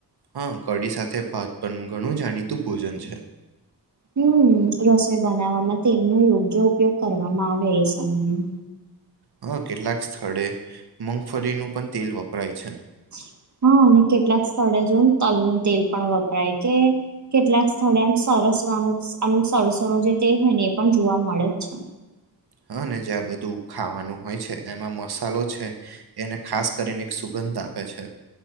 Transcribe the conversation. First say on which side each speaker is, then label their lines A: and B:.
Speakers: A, on the right (about 70°); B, on the right (about 45°).
A: હા કઢી સાથે ભાત પણ ઘણું જાણીતું ભોજન છે.
B: હમ્મ. રસોઈ બનાવવામાં તેલનો યોગ્ય ઉપયોગ કરવામાં આવે એ સમયનું.
A: હા કેટલાક સ્થળે મુગફળીનું પણ તેલ વપરાય છે.
B: <inaudible> હા અને કેટલાક સ્થળે જોવો ને તલ નું તેલ પણ વપરાય કે કેટલાક સ્થળે આમ સર <unintelligible> સવાનું અમ સરસવનું જે તેલ હોય ને એ પણ જોવા મળે જ છે.
A: હા ને જ્યાં બધું ખાવાનું હોય છે એમાં મસાલો છે, એને ખાસ કરીને એક સુગંધ ગંધ આપે છે.